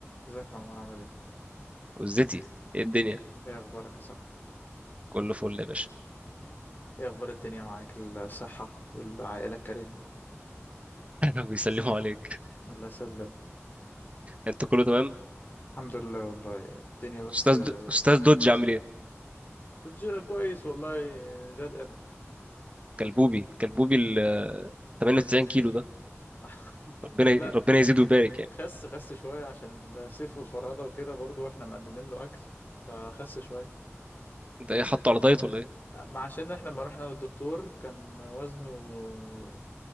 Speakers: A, on the left; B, on the right.
A: ازيك يا عمر عامل ايه؟
B: وزتي ايه الدنيا
A: ايه اخبارك يا صاحبي؟
B: كله فل يا باشا
A: ايه اخبار الدنيا معاك الصحة والعائلة الكريمة؟
B: <laughs> بيسلموا عليك
A: الله يسلم
B: انت كله تمام
A: الحمد لله والله الدنيا بس
B: استاذ
A: آه،
B: د... استاذ دودج عامل ايه
A: تج- كويس والله آه، زي القرد
B: كلبوبي كلبوبي ال <laughs> 98 كيلو ده
A: <laughs>
B: ربنا ي...
A: لا
B: ربنا يزيده ويبارك يعني
A: خس خس شوية عشان السيف والفرهدة وكده برضو واحنا مقللين له اكل فخس شوية
B: انت ايه حاطه على دايت ولا ايه
A: آه، ما عشان احنا لما رحنا للدكتور كان وزنه آه،